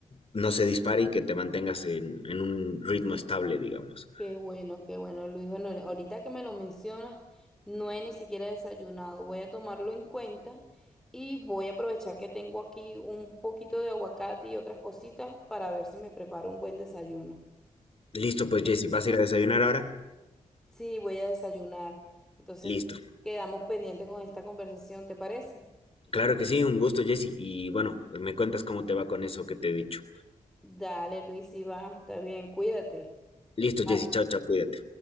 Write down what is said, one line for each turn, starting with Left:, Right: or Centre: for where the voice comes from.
Left: no se dispare y que te mantengas en, en un ritmo estable, digamos.
Centre: Qué bueno, qué bueno, Luis. Bueno, ahorita que me lo mencionas, no he ni siquiera desayunado. Voy a tomarlo en cuenta y voy a aprovechar que tengo aquí un poquito de aguacate y otras cositas para ver si me preparo un buen desayuno.
Left: Listo, pues
Centre: Eh,
Left: Jesse, ¿vas a ir a desayunar ahora?
Centre: Sí, voy a desayunar. Entonces,
Left: Listo.
Centre: quedamos pendientes con esta conversación, ¿te parece?
Left: Claro que sí, un gusto, Jesse. Y bueno, me cuentas cómo te va con eso que te he dicho.
Centre: Dale, Luis, y va, está bien, cuídate.
Left: Listo,
Centre: Bye.
Left: Jesse, chao, chao, cuídate.